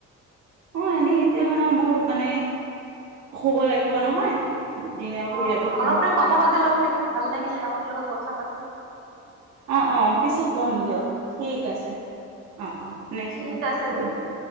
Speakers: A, on the right; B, on the right.
A: অ এনেই এতিয়া মানে মোৰ মানে শুব লাগিব নহয় ডিনাৰ কৰি
B: অ
A: আৰু শুম
B: অলপমান কথা
A: এতিয়া
B: পাতি লক নেকি ভাল লাগিলে আপোনাৰ লগত কথা পাতি।
A: অ অ পিছত কম দিয়ক ঠিক আছে অ অ। নেক্সটো
B: ঠিক
A: ক'ম
B: আছে
A: কম
B: দিয়ক